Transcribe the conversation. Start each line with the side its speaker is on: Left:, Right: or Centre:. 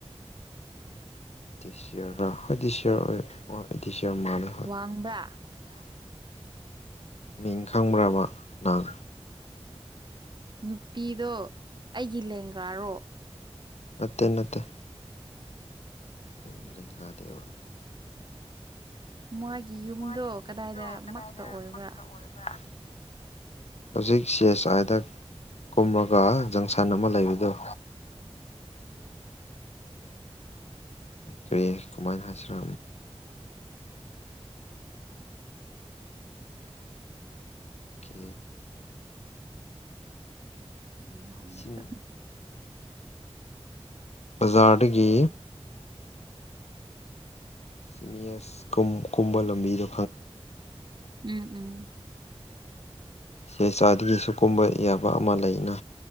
Left: ꯗꯤ ꯁꯤꯌꯔꯒ ꯍꯥꯏꯗꯤ ꯁꯤꯌꯥꯔ ꯑꯣꯏ ꯑꯩꯗꯤ ꯁꯤꯌꯥꯔ ꯃꯥꯥꯟꯂꯦ
Right: ꯋꯥꯡꯕ
Left: ꯃꯤ ꯈꯪꯕ꯭ꯔꯕ ꯅꯪ
Right: ꯅꯨꯄꯤꯗꯣ ꯑꯩꯒꯤ ꯂꯦꯡꯒꯥꯔꯣ
Left: ꯅꯠꯇꯦ ꯅꯠꯇꯦ ꯅꯪꯒꯤ ꯂꯦꯡꯒꯥꯗꯦꯕꯅꯤ
Right: ꯃꯥꯒꯤ ꯌꯨꯝꯗꯣ
Left: ꯃꯥꯒꯤ
Right: ꯀꯗꯥꯏꯗ
Left: ꯌꯨꯝꯗꯣ ꯀꯗꯥꯏꯗ
Right: ꯃꯛꯇ ꯑꯣꯏꯕ꯭ꯔꯥ
Left: ꯃꯛꯇ ꯑꯣꯏꯕ꯭ꯔꯥ ꯍꯧꯖꯤꯛ ꯁꯤ ꯑꯦꯁ ꯑꯥꯏꯗ ꯀꯨꯝꯃꯒ ꯖꯪꯁꯟ ꯑꯃ ꯂꯩꯔꯤꯗꯨꯣ ꯀꯔꯤꯦ ꯀꯃꯥꯏꯅ ꯍꯥꯏꯁꯤꯔꯥ ꯀ
Right: ꯉꯥ ꯑꯣꯏꯔꯤ
Left: ꯁꯤꯝ
Right: ꯆꯠꯅ
Left: ꯖꯥꯠꯒꯤ ꯁꯤꯃꯤꯌꯁ ꯀꯨꯝ ꯀꯨꯝꯕ ꯂꯝꯕꯤꯗ
Right: ꯎꯝ ꯎꯝ
Left: ꯆꯦ ꯆꯥꯗꯒꯤꯁꯨ ꯀꯨꯝꯕ ꯌꯥꯕ ꯑꯃ ꯂꯩꯅ